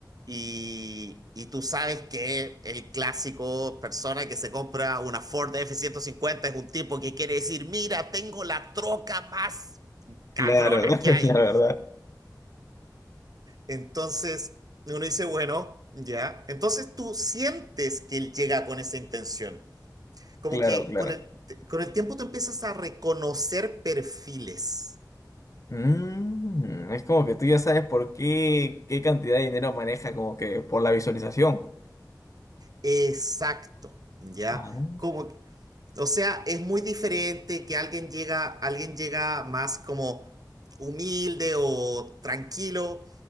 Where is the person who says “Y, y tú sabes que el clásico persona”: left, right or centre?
Right